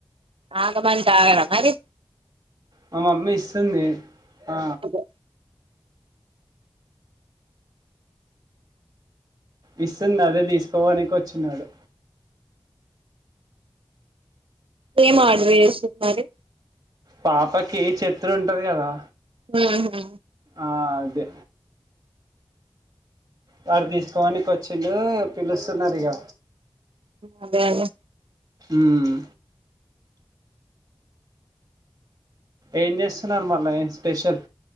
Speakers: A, on the right; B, on the right.
A: ఆగమంటే ఆగర మరి
B: మా మమ్మీ ఇస్తుంది ఆ,
A: అదే
B: ఇస్తుంది అదే తీస్కపోనికి వచ్చిన్నాడు
A: ఏం ఆర్డర్ చేసినావ్ మరి
B: పాపకి చెత్రి ఉంటది కదా
A: మ్మ్ హు
B: ఆ అదే వాడు తీస్కపోనికి వచ్చిండు పిలుస్తున్నారు ఇగ
A: అదే అదే
B: మ్మ్ ఏం చేస్తున్నారు మళ్ళా ఏం స్పెషల్